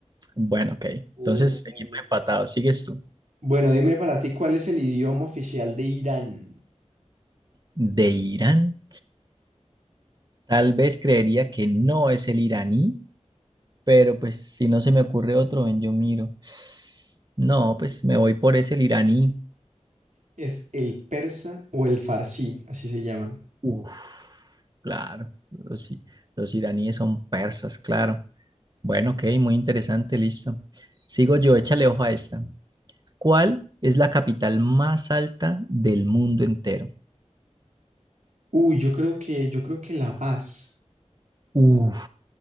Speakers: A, on the right; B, on the right.
A: Bueno, ok.
B: Entiendo.
A: Entonces seguimos empatados. Sigues tú.
B: Bueno, dime para ti, ¿cuál es el idioma oficial de Irán?
A: ¿De Irán? Tal vez creería que no es el iraní. Pero pues si no se me ocurre otro, ven, yo miro. No, pues me voy por ese el iraní.
B: ¿Es el persa o el farsi? Así se llaman.
A: Uf, claro, los, i- los iraníes son persas, claro. Bueno, ok, muy interesante, listo. Sigo yo, échale ojo a esta. ¿Cuál es la capital más alta del mundo entero?
B: Uy, yo creo que, yo creo que La Paz.
A: Uf,